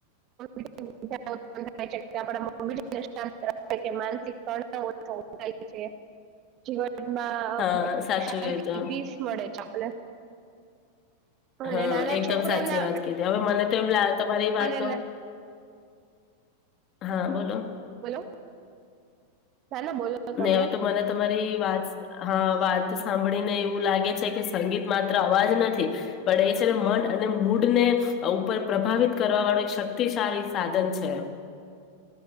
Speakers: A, on the right; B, on the left.
A: <inaudible> ઉત્પન થાય છે કે <unintelligible> <inaudible> માનસિક તનાવ ઓછો થાય છે જીવન માં
B: હા
A: <unintelligible>
B: સાચું કીધું
A: મળે છે. <inaudible> અને
B: હા
A: નાના
B: એકદમ
A: છોકરોના
B: સાચી વાત કીધી હવે મને તો એમ લાગે તમારી વાતો
A: અને ના-
B: હા બોલો
A: <inaudible> તમે
B: નહી હવે તો મને તમારી વાત હા વાત સાંભળીને એવું લાગે છે કે સંગીત માત્ર અવાજ નથી પણ એ છે મન અને મૂડ ને ઉપર પ્રભાવિત કરવા વાળું એક શક્તિશાળી સાધન છે.